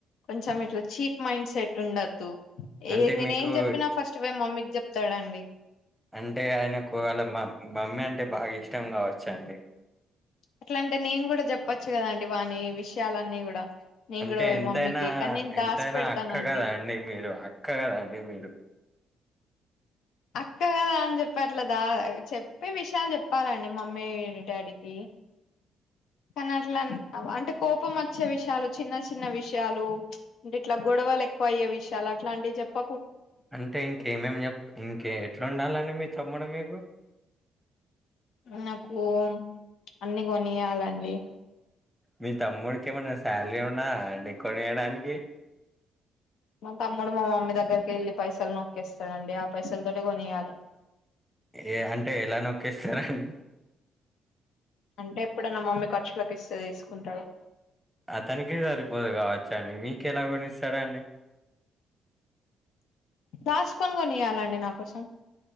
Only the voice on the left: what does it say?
కొంచెం ఇట్లా చీప్ మైండ్ సెట్ ఉండద్దు
ఏ నేను
ఏం చెప్పినా ఫస్ట్ పో మమ్మీకి చెప్ చెప్తారండి
ఎట్లా అంటే నేను కూడా చెప్పచ్చు కదండి వాని విషయాలన్నీ కూడా నేను
కూడా పోయి
మమ్మీకి కానీ నేను
దాసి పెడతానండి
అక్కగద అని చెప్పట్లేదా చెప్పే విషయాలు చెప్పాలండి మమ్మీ డాడీకి కానీ అట్లా అంటే కోపం వచ్చే విషయాలు చిన్న చిన్న విషయాలు అంటే ఇట్లా గొడవలు ఎక్కువ అయ్యే విషయాలు అట్లాంటి చెప్ప
నాకు అన్ని కొనియాలండి
మా తమ్ముడు మా మమ్మీ దగ్గరకి వెళ్ళి పైసలు నొక్కేస్తాడండి ఆ పైసల తోటె కొనియాలి
అంటే ఎప్పుడైన్న మమ్మీ ఖర్చులకి ఇస్తే తీసుకుంటాడు
దాసుకొని కొనియాలండి నా కోసం